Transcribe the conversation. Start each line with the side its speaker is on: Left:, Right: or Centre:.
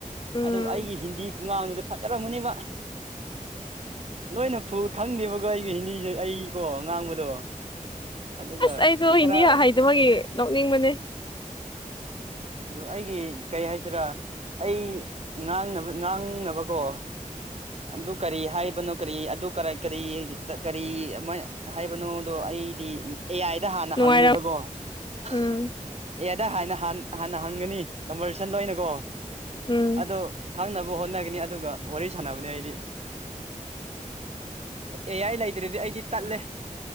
Left: ꯎꯝ
Right: ꯑꯗꯨ ꯑꯩꯒꯤ ꯍꯤꯟꯗꯤ ꯈꯨꯉꯥꯡꯗꯨꯗꯤ ꯐꯖꯔꯝꯒꯅꯤꯕ ꯅꫭꯏꯅ ꯐꯨꯜ ꯈꯪꯗꯦꯕꯒꯣ ꯑꯩꯒꯤ ꯍꯤꯟꯗꯤꯁꯦ ꯑꯩꯀꯣ ꯉꯥꯡꯕꯗꯣ ꯑꯗꯨꯒ
Left: ꯑꯁ ꯑꯩꯗꯣ
Right: ꯈꯔ
Left: ꯍꯤꯟꯗꯤ ꯍꯩꯇꯕꯒꯤ ꯅꯣꯛꯅꯤꯡꯕꯅꯦ
Right: ꯑꯗꯣ ꯑꯩꯒꯤ ꯀꯩ ꯍꯥꯏꯁꯤꯔ ꯑꯩ ꯉꯥꯡꯅꯕ ꯉꯥꯡꯅꯕꯀꯣ ꯑꯗꯨ ꯀꯔꯤ ꯍꯥꯏꯕꯅꯣ ꯀꯔꯤ ꯑꯗꯨ ꯀꯔꯥꯢ ꯀꯔꯤ ꯇ ꯀꯔꯤ ꯑꯃꯥꯢ ꯍꯥꯏꯕꯅꯣꯗꯣ ꯑꯩꯗꯤ ꯎꯝ ꯑꯦ ꯑꯥꯏꯗ ꯍꯥꯟꯅ
Left: ꯅꯨꯡꯉꯥꯏꯔꯝ
Right: ꯍꯪꯉꯦꯕꯀꯣ
Left: ꯎꯝ
Right: ꯫ ꯑꯦ ꯑꯥꯢꯗ ꯍꯥꯟꯅ ꯍꯥꯟ ꯍꯥꯟꯅ ꯍꯪꯒꯅꯤ ꯀꯝꯕꯔꯁꯟ ꯂꯣꯏꯅꯀꯣ
Left: ꯎꯝ
Right: ꯑꯗꯣ ꯈꯪꯅꯕ ꯍꯣꯠꯅꯒꯅꯤ ꯑꯗꯨꯒ ꯋꯥꯔꯤ ꯁꯥꯟꯅꯕꯅꯦ ꯑꯩꯗꯤ ꯑꯦ ꯑꯥꯏ ꯂꯩ꯫ ꯁꯤꯗꯗꯤ ꯑꯩꯗꯤ ꯇꯠꯂꯦ